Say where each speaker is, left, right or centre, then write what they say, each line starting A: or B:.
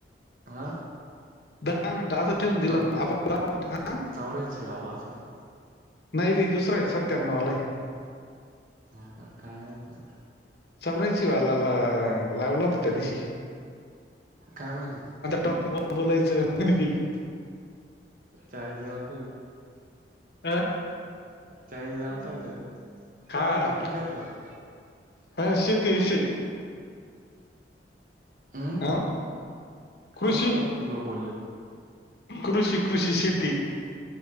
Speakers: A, on the right; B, on the left.
A: हा
B: दहा मिनिटं असंच ठेवून दिलं
A: तो
B: आपण दहा मिनिटं हा?
A: चौऱ्याऐंशी आला असेल ना
B: नाही दे दुसरं <inaudible> वाला आहे,
A: हो का काय माहित मग
B: चौर्ऐशी वालाला लावला होता त्या दिवशी
A: काय म्हनू
B: टॉकीे बद्दल बोलायचं <inaudible>
A: चाळीस <inaudible>
B: हा?
A: चाळीस <inaudible>
B: हा
A: कोणता टॉपिक घातला तो
B: हा शेतीविषयी
A: हम्म
B: हा कृषी
A: कोणत्या टॉपिकवर बोलले मग
B: कृषी कृषी शेती